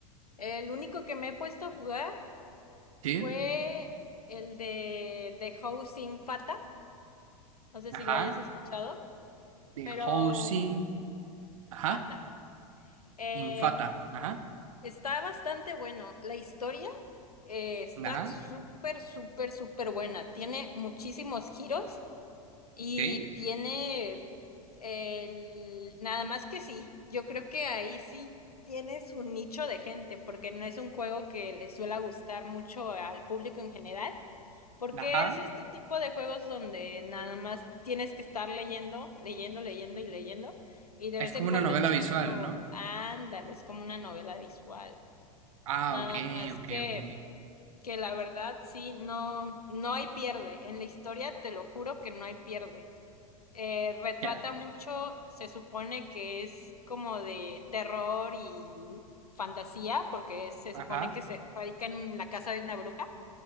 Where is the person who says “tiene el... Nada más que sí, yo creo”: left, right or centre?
Left